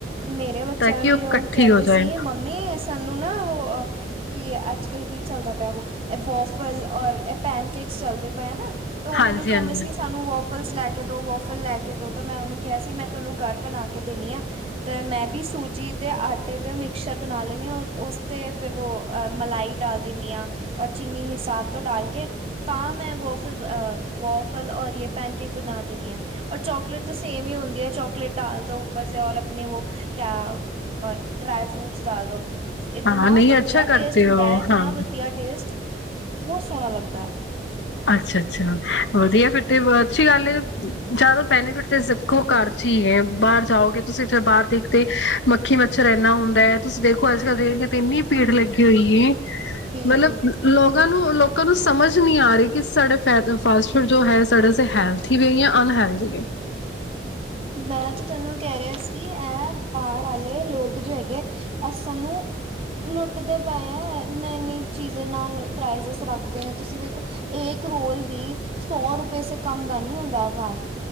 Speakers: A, on the right; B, on the left.
A: ਮੇਰੇ ਬੱਚਿਆਂ
B: ਕਿ
A: ਵੀ
B: ਉਹ ਇਕੱਠੀ
A: ਹੁਣ ਕਹਿੰਦੇ
B: ਹੋ
A: ਸੀ
B: ਜਾਏ
A: ਮੰਮੀ ਸਾਨੂੰ ਨਾ ਉਹ ਕੀ ਅੱਜ ਕੱਲ ਕੀ ਚੱਲਦਾ ਪਿਆ ਵ ਇਹ ਵੋਫਲ ਔਰ ਇਹ ਪੈਨਕੇਕਸ ਚੱਲਦੇ ਪਏ ਨਾ ਤੋ
B: ਹਾਂਜੀ
A: ਮੈਨੂੰ ਕਹਿੰਦੇ
B: ਹਾਂਜੀ
A: ਸੀ ਸਾਨੂੰ ਫਲਸ ਲੈ ਕੇ ਦੋ ਵੋਫਲ ਲੈ ਕੇ ਦੋ ਤਾਂ ਮੈਂ ਉਹਨੂੰ ਕਿਹਾ ਸੀ ਮੈਂ ਤੁਹਾਨੂੰ ਘਰ ਬਣਾ ਕੇ ਹਾਂ ਤੇ ਮੈਂ ਵੀ ਸੂਜੀ ਦੇ ਆਟੇ ਦੇ ਮਿਕਚਰ ਬਣਾ ਲੈਂਣੀ ਹਾਂ ਉਸ ਤੇ ਮੈਂ ਵੀ ਸੂਜੀ ਤੇ ਆਟੇ ਦਾ ਮਿਕਸਰ ਬਣਾ ਦੇਂਦੀ ਆਫਿਰ ਮਲਾਈ ਡਾਲ ਦਿੰਦੀ ਆਾਂ ਔਰ ਚੀਨੀ ਹਿਸਾਬ ਤੋਂ ਡਾਲ ਕੇ ਤਾਂ ਮੈਂ ਵੋਫਲ ਅਹ ਵੋਫਲ ਔਰ ਪੈਨਕੇਕ ਬਣਾ ਦਿੰਦੀ ਹਾਂ ਔਰ ਚੋਕਲੇਟ ਤੋਂ ਸੇਮ ਹੀ ਹੁੰਦੀ ਆ ਚੋਕਲੇਟ ਡਾਲ ਦੋ। ਉੱਪਰ ਸੇ ਔਰ ਆਪਣੇ ਵ ਕਿਆ ਡਰਾਾਈ ਫਰੂਟਸ ਡਾਲ ਦੋ ਇਤਨਾ
B: ਹਾਂ ਨਹੀਂ
A: ਵਧੀਆ
B: ਅੱਛਾ ਕਰਦੇ
A: ਟੇਸਟ ਹੁੰਦਾ
B: ਹੋ
A: ਹੈ ਇਤਨਾ
B: ਹਾਂ
A: ਵਧੀਆ ਟੇਸਟ ਬਹੁਤ ਸੋਹਣਾ ਲੱਗਦਾ।
B: ਅੱਛਾ ਅੱਛਾ ਵਧੀਆ ਫਿਰ ਤੇ ਅੱਛੀ ਗੱਲ ਹੈ ਜ਼ਿਆਦਾ ਬੈਨੀਫਿਟ ਅੱਛਾ! ਅੱਛਾ ਵਧੀਆ ਫਿਰ ਤੇ ਇਹ ਅੱਛੀ ਗੱਲ ਹੈ ਸਿੱਖੋ ਘ ਚ ਹੀ ਹੈ ਬਾਹਰ ਜਾਓਗੇ ਤੁਸੀਂ ਬਾਹਰ ਦੇਖਦੇ ਮੱਖੀ ਮੱਛਰ ਇੰਨਾ ਹੁੰਦਾ ਹੈ ਤੁਸੀਂ ਦੇਖੋ ਅੱਜ ਕੱਲ ਰੇਹੜੀਆਂ ਤੇ ਇੰਨੀ ਭੀੜ ਲੱਗੀ ਹੋਈ ਹੈ
A: ਬਿਲਕੁਲ
B: ਮਤਲਬ ਲੋਕਾਂ ਨੂੰ ਲੋਕ ਲੋਕਾਂ ਨੂੰ ਸਮਝ ਨਹੀਂ ਆ ਰਹੀ ਕਿ ਸਾਡੇ ਫ ਫਾਸਟ ਫੂਡ ਜੋ ਹੈ ਸਾਡੇ ਹੈਲਥੀ ਵੀ ਜਾਂ ਅਨਹੈਲਦੀ ਏ।
A: ਮੈਂ ਤਾਂ ਤੈਨੂੰ ਕਹਿ ਰਿਹਾ ਸੀ ਇਹ ਬਾਹਰ ਆਲੇ ਲੋਕ ਜੋ ਹੈਗੇ ਅ ਸਾਨੂੰ--ਲੁੱਟਦੇ ਪਏ ਆ ਇਨਾ ਇਨੀ ਚੀਜ਼ ਨਾਲ ਪ੍ਰਾਈਜ ਰੱਖਦੇ ਆ ਤੁਸੀਂ ਵੇਖੋ ਏ ਰੋਲ ਵੀ ਸੌ ਰੁਪਏ ਸ ਕਮ ਦਾ ਨੀ ਹੁੰਦਾ ਹੈ ਬਾਹਰ